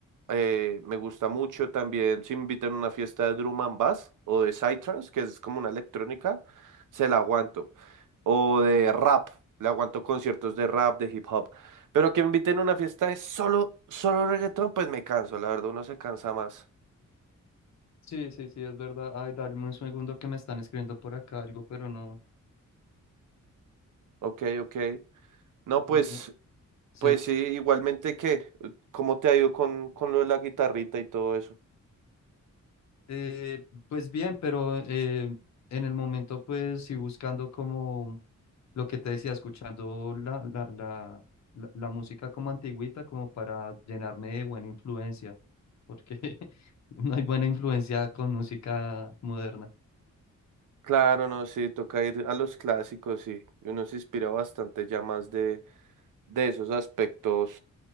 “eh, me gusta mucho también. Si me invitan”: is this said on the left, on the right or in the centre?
Right